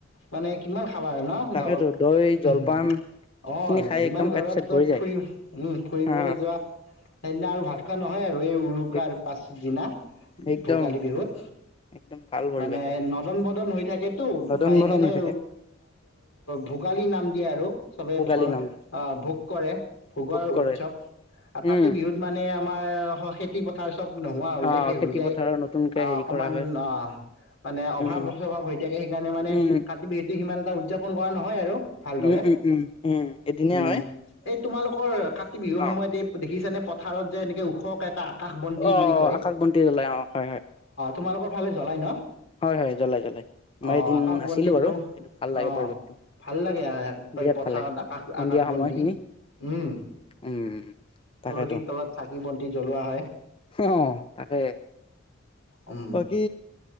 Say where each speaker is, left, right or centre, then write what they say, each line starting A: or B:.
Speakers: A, on the left; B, on the left.
A: মানে কিমান খাবা আৰু ন
B: তাকেতো
A: গাঁৱৰ
B: দৈ
A: হম
B: জলপান
A: হম অঁ
B: খিনি খাই
A: যিমান
B: একদম
A: ঘৰত
B: পেট চেট
A: তাত
B: ভৰি যায়
A: ফুৰিব উম ফুৰিব
B: হা
A: যোৱা। সেইদিনা আৰু ভাত খোৱা নহল এ উৰুকাৰ
B: এক
A: পাছদিনা
B: একদম
A: ভোগালী বিহুত
B: একদম ভাল পৰিৱেশ
A: মানে
B: হয়
A: নদন বদন হৈ থাকেতো
B: নদন
A: সেইকাৰণে
B: বদন হৈ থাকে
A: ভোগালী নাম দিয়ে আৰু চবে
B: পোগালি
A: ভৰ
B: নাম দিয়ে
A: ভোগ কৰে ভোগৰ
B: পোক
A: উৎসৱ
B: কৰে
A: কাতি
B: উম
A: বিহুত মানে আমাৰ খেতি পথাৰ চব নোহোৱা হৈ
B: আহ
A: যায় শেষ
B: খেতি
A: হৈ যায়
B: পথাৰৰ নতুনকে
A: আঁহ
B: হেৰি
A: অকমান
B: কৰা হয়
A: অঁ মানে অভাৱ
B: উম
A: সভাৱ হৈ থাকে সেইকাৰণে মানে
B: উম
A: কাতি বিহুটো সিমান এটা উদযাপন খোৱা নহয় আৰু ভালদৰে
B: উম উম উম উম এদিনে
A: উম
B: হয়।
A: এই তোমালোকৰ কাত বিহুৰ সময়ত
B: অ
A: এই দেখিছা নে? পথাৰত যে এনেকে ওখকে এটা আকাশ বন্তি
B: অ
A: বুলি কয়
B: আকাশ বন্তি ওলাই অ হয় হয়
A: তোমালোকৰ ফালে জ্বলাই ন
B: হয় হয় জ্বলাই জ্বলাই মই
A: আহ
B: এদিন
A: আকাশ
B: আছিলো
A: বন্তিটো
B: বাৰু কিন্তু ভাল লাগে
A: আহ
B: পৰিৱেশটো
A: ভাল লাগে তই
B: বিৰাট
A: পথাৰত
B: ভাল লাগে
A: আকাশ
B: সন্ধিয়া
A: আকাশ
B: সময়খিনি
A: বন্তি উম
B: উম
A: তুলসীৰ
B: তাকেতো
A: তলত চাকি বন্তি জ্বলোৱা হয়।
B: অ তাকে
A: উম
B: কি।